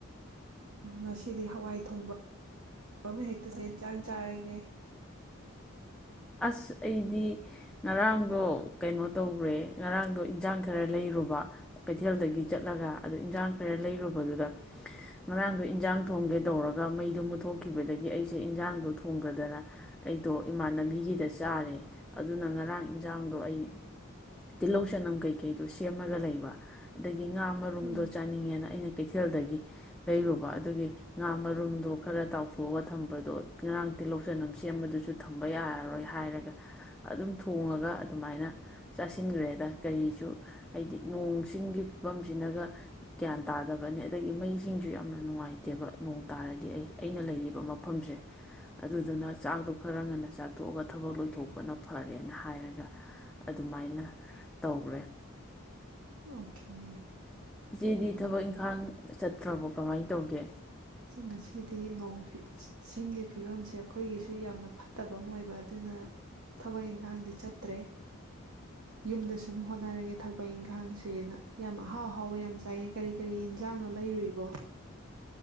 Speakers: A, on the right; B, in the centre.
A: ꯉꯁꯤꯗꯤ ꯍꯋꯥꯏ ꯊꯣꯡꯕ ꯑꯃ ꯍꯦꯛꯇ <unintelligible> ꯌꯦꯟ ꯆꯥꯡ ꯆꯥꯔꯒꯦ?
B: ꯑꯁ ꯑꯩꯗꯤ ꯉꯔꯥꯡꯗꯣ ꯀꯩꯅꯣ ꯇꯧꯔꯦ ꯉꯔꯥꯡꯗꯣ ꯏꯟꯖꯥꯡ ꯈꯔ ꯂꯩꯔꯨꯕ ꯀꯩꯊꯦꯜꯗꯒꯤ ꯆꯠꯂꯒ ꯑꯗꯨ ꯏꯟꯖꯥꯡ ꯈꯔ ꯂꯩꯔꯨꯕꯗꯨꯗ ꯉꯔꯥꯡꯗꯣ ꯏꯟꯖꯥꯡ ꯊꯣꯡꯒꯦ ꯇꯧꯔꯒ ꯃꯩꯗꯣ ꯃꯨꯠꯊꯣꯛꯈꯤꯕꯗꯒꯤ ꯑꯩꯁꯦ ꯏꯟꯖꯥꯡꯗꯣ ꯊꯣꯡꯗꯗꯅ ꯑꯩꯗꯣ ꯏꯃꯥꯟꯅꯕꯤ ꯒꯤꯗ ꯆꯥꯔꯦ ꯑꯗꯨꯅ ꯉꯔꯥꯡ ꯢꯟꯖꯥꯡꯗꯣ ꯑꯩ ꯇꯤꯜꯂꯧ ꯆꯅꯝ ꯀꯩꯀꯩꯗꯣ ꯁꯦꯝꯃꯒ ꯂꯩꯕ ꯑꯗꯩ ꯒꯤ ꯉꯥ ꯃꯔꯨꯝꯗꯣ
A: ꯎꯝ
B: ꯆꯥꯅꯤꯡꯉꯦꯅ ꯑꯩꯅ ꯀꯩꯊꯦꯜꯗꯒꯤ ꯂꯩꯔꯨꯕ ꯑꯗꯨꯒꯤ ꯉꯥ ꯃꯔꯨꯝꯗꯣ ꯈꯔ ꯇꯥꯎꯊꯣꯛꯑꯒ ꯊꯝꯕꯗꯣ ꯉꯔꯥꯡ ꯇꯤꯜꯂꯧ ꯆꯅꯝ ꯁꯦꯝꯕꯗꯨꯁꯨ ꯊꯝꯕ ꯌꯥꯔꯔꯣꯏ꯫ ꯍꯥꯏꯔꯒ ꯑꯗꯨꯝ ꯊꯣꯡꯉꯒ ꯑꯗꯨꯃꯥꯏꯅ ꯆꯥꯁꯤꯟꯒ꯭ꯔꯦꯗ ꯀꯔꯤꯁꯨ ꯍꯥꯏꯗꯤ ꯅꯣꯡꯁꯤꯡꯒꯤꯡꯒꯤ ꯐꯤꯕꯝꯁꯤꯅꯒ ꯒ꯭ꯌꯥꯟ ꯇꯥꯗꯕꯅꯦ ꯑꯗꯒꯤ ꯃꯩ ꯢꯁꯤꯡꯁꯨ ꯌꯥꯝꯅ ꯅꯨꯡꯉꯥꯏꯇꯦꯕ ꯅꯣꯡ ꯇꯥꯔꯗꯤ ꯑꯩ ꯑꯩꯅ ꯂꯩꯔꯤꯕ ꯃꯐꯝꯁꯦ ꯑꯗꯨꯗꯨꯅ ꯆꯥꯛꯇꯣ ꯈꯔ ꯉꯟꯅ ꯆꯥꯊꯣꯛꯑꯒ ꯊꯕꯛ ꯂꯣꯏꯊꯣꯛꯄꯅ ꯐꯔꯦꯅ ꯍꯥꯏꯔꯒ ꯑꯗꯨꯃꯥꯏꯅ ꯇꯧꯔꯦ꯫
A: ꯑꯣꯀꯦ꯫
B: ꯏꯆꯦꯗꯤ ꯊꯕꯛ ꯏꯪꯈꯥꯡ ꯆꯠꯇ꯭ꯔꯕꯣ ꯀꯃꯥꯏ ꯇꯧꯒꯦ?
A: <unintelligible> ꯉꯁꯤꯗꯤ ꯅꯣꯡ ꯐꯤꯠ ꯁꯤ ꯁꯤꯡꯒꯤ ꯐꯤꯕꯝꯁꯦ ꯑꯩꯈꯣꯏꯒꯤꯁꯨ ꯌꯥꯝꯅ ꯐꯠꯇꯕ ꯑꯃ ꯑꯣꯏꯕ ꯑꯗꯨꯅ ꯊꯕꯛ ꯏꯟꯈꯥꯡꯗꯤ ꯆꯠꯇ꯭ꯔꯦ ꯌꯨꯝꯗ ꯁꯨꯝ ꯍꯣꯠꯅꯔꯒꯦ ꯊꯕꯛ ꯏꯟꯈꯥꯡꯁꯦꯅ ꯌꯥꯝ ꯑꯍꯥꯎ ꯑꯍꯥꯎꯕ ꯌꯥꯝ ꯆꯥꯏꯅꯩ ꯀꯔꯤ ꯀꯔꯤ ꯏꯟꯖꯥꯡꯅꯣ ꯂꯩꯔꯨꯏꯕꯣ